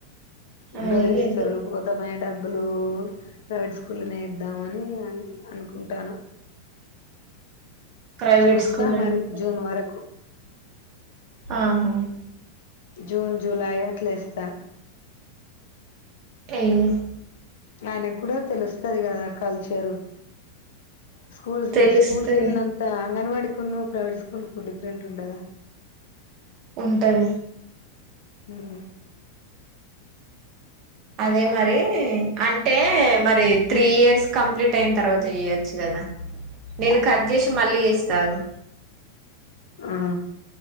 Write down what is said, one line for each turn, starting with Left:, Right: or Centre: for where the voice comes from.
Right: అయ్యో!
Left: బెదిరిస్తారు
Right: ఎందుకు
Left: గౌతమయాడబ్బ బబ్బులు ప్రైవేట్ స్కూల్లో ఎద్దాం అని అనుకుంటాన
Right: ప్రైవేట్
Left: చూస్తా
Right: స్కూల్
Left: మరి
Right: అండి
Left: జూన్ వరకు
Right: ఆహా
Left: జూన్ జులై అట్లా ఏస్తా
Right: ఎయ్
Left: ఆయనకు కూడా తెలుస్తది కదా కల్చరు స్కూల్సు
Right: తెలిస్తే
Left: స్కూల్ కెల్నంత అంగన్వాడి ను ప్రైవేట్ స్కూల్ కు డిఫరెంట్ ఉండద
Right: ఉంటది
Left: ఉమ్
Right: అదే మరీ అంటే మరి త్రీ ఇయర్స్ కంప్లీట్ అయిన తర్వాత ఇయొచ్చు కదా నేను కట్ చేసి మళ్ళీ చేస్తా ఆగు
Left: ఆ